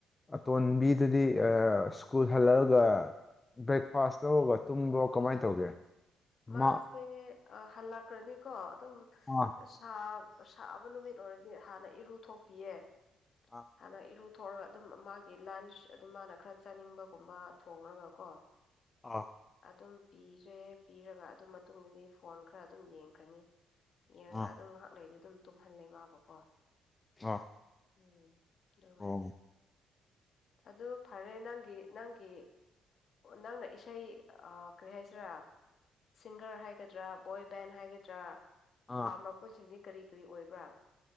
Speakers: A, on the left; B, on the left.
A: ꯑꯇꯣꯟꯕꯤꯗꯨꯗꯤ ꯑꯥ ꯁ꯭ꯀꯨꯜ ꯍꯜꯂꯛꯑꯒ ꯕ꯭ꯔꯦꯛꯐꯥꯁ ꯂꯧꯔꯒ ꯇꯨꯝꯕ꯭ꯔꯣ ꯀꯃꯥꯏꯅ ꯇꯧꯒꯦ?
B: ꯃꯥꯁꯦ
A: ꯃꯥ
B: ꯍꯜꯂꯛꯈ꯭ꯔꯅꯤꯀꯣ ꯑꯗꯨꯝ
A: ꯑꯥ
B: ꯁꯥ ꯁꯥꯕ ꯅꯨꯃꯤꯠ ꯑꯣꯏꯔꯗꯤ ꯍꯥꯟꯅ ꯏꯔꯨ ꯊꯣꯛꯄꯤꯌꯦ
A: ꯑꯥ
B: ꯍꯥꯟꯅ ꯏꯔꯨ ꯊꯑꯒ ꯑꯗꯨꯝ ꯃꯥꯒꯤ ꯂꯟꯁ ꯑꯗꯨꯝ ꯃꯥꯅ ꯈꯔ ꯆꯥꯅꯤꯡꯕꯒꯨꯝꯕ ꯊꯣꯡꯔꯒ ꯀꯣ
A: ꯑꯥ
B: ꯑꯗꯨꯝ ꯄꯤꯔꯦ ꯄꯤꯔꯒ ꯑꯗꯨ ꯃꯇꯨꯡꯗꯗꯤ ꯐꯣꯟ ꯈꯔ ꯑꯗꯨꯝ ꯌꯦꯡꯈꯅꯤ ꯌꯦꯔꯒ
A: ꯑꯥ
B: ꯑꯗꯨꯝ ꯉꯥꯏꯍꯥꯛ ꯂꯩꯗꯤ ꯑꯗꯨꯝ ꯇꯨꯝꯍꯜꯂꯦ ꯃꯥꯕꯨꯀꯣ
A: ꯑꯥ
B: ꯎꯝ ꯑꯗꯨꯃꯥꯏꯅꯥ
A: ꯑꯣ
B: ꯑꯗꯨ ꯐꯔꯦ ꯅꯪꯒꯤ ꯅꯪꯒꯤ ꯅꯪꯅ ꯏꯁꯩ ꯀꯔꯤ ꯍꯥꯏꯁꯤꯔꯥ ꯁꯤꯡꯒꯔ ꯍꯥꯏꯒꯗ꯭ꯔꯥ ꯕꯣꯏ ꯕꯦꯟ ꯍꯥꯏꯒꯗ꯭ꯔꯥ
A: ꯑꯥ
B: ꯄꯥꯝꯔꯛꯄꯁꯤꯡꯗꯤ ꯀꯔꯤ ꯀꯔꯤ ꯑꯣꯏꯕ꯭ꯔꯥ?